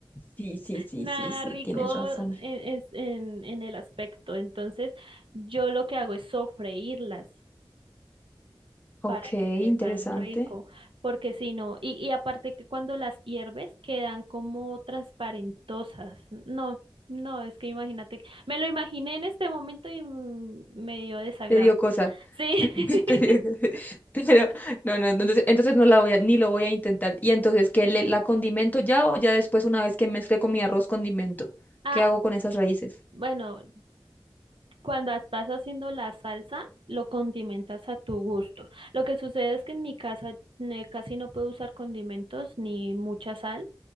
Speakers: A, on the left; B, on the right.
A: Sí, sí, sí,
B: nada
A: sí, sí,
B: rico
A: tienes razón.
B: en, es- en, en el aspecto. Entonces, yo lo que hago es sofreírlas
A: Ok,
B: para que sepan
A: interesante.
B: rico, porque si no, y, y aparte que cuando las hierves quedan como transparentosas. No, no, es que imagínate, que- me lo imaginé en este momento y mm, me dio desagrado.
A: Te dio cosa.
B: Sí.
A: <laughs>
B: <laughs>
A: Te dio cosa. <laughs> Pero no, no, no, entonces, entonces no la voy a, ni lo voy a intentar. Y entonces, ¿qué le, la condimento ya o ya después una vez que mezcle con mi arroz condimento?
B: Ah,
A: ¿Qué hago con esas raíces?
B: bueno, Cuando estás haciendo la salsa, lo condimentas a tu gusto. Lo que sucede es que en mi casa eh, casi no puedo usar condimentos ni mucha sal